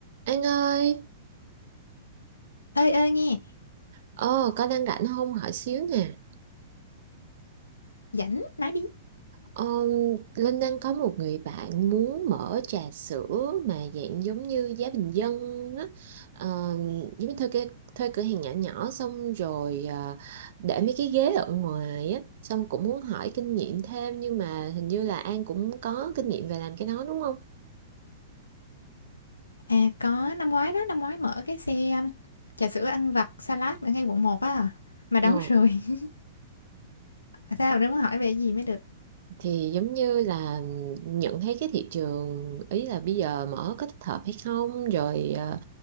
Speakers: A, on the right (about 55°); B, on the left (about 85°).
A: Anh ơi,
B: ơi ơi nghe
A: ờ, có đang rảnh không hỏi xíu nè.
B: rảnh nói đi
A: Ờ, Linh đang có một người bạn muốn mở trà sữa mà dạng giống như giá bình dân á, Ờ, giống như thuê cái thuê cửa hàng nhỏ nhỏ xong rồi ờ, để mấy cái ghế ở ngoài á, xong cũng muốn hỏi kinh nghiệm thêm nhưng mà hình như là An cũng có kinh nghiệm về làm cái đó đúng không?
B: à có năm ngoái đó năm ngoái mở cái xe um, trà sữa ăn vặt salad ở ngay quận một á mà đóng
A: Ờ,
B: rồi <laughs> Mà sao đừng có hỏi về gì mới được
A: thì giống như là nhận thấy cái thị trường ý là bây giờ mở có thích hợp hay không rồi ờ,